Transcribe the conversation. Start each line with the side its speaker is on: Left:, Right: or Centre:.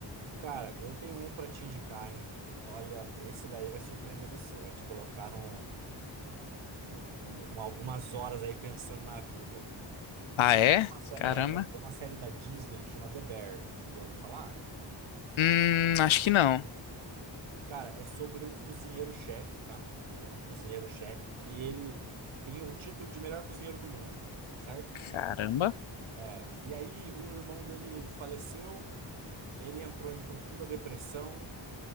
Right: Cara, eu tenho um pra te indicar, hein? Olha, esse daí vai surpreender você. Vai te colocar no, no, no- um- algumas horas aí pensando na vida. Não
Left: Ah,
Right: sei
Left: é?
Right: se tem uma, sé-
Left: Caramba.
Right: é, tem uma série da Disney chama The Bear. Já ouviu falar?
Left: Hum, acho que não.
Right: Cara, é sobre um cozinheiro-chefe, tá? Ele é um cozinheiro-chefe que ele tem o título de melhor cozinheiro do mundo, certo?
Left: Caramba.
Right: É, e aí o irmão dele faleceu, ele entrou em profunda depressão,